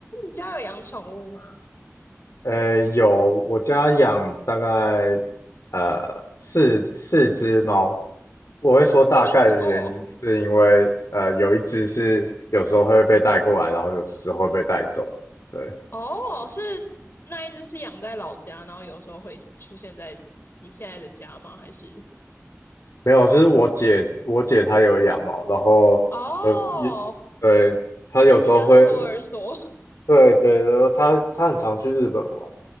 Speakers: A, on the left; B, on the left.
A: 你家有养宠物吗？
B: 呃，有，我家养大概呃四四只猫。我会说大概的原因是因为呃有一只是有时候会被带过来，
A: 你一哦
B: 然后有时候会被带走。对，
A: 哦，是那一只是养在老家，然后有时候会出现在你现在的家吗？还是
B: 没有，是我姐，我姐她有养猫，然后有一，
A: 哦，
B: 对，她有时候会，
A: 你家是托儿所？
B: 对对，然后她她很常去日本玩。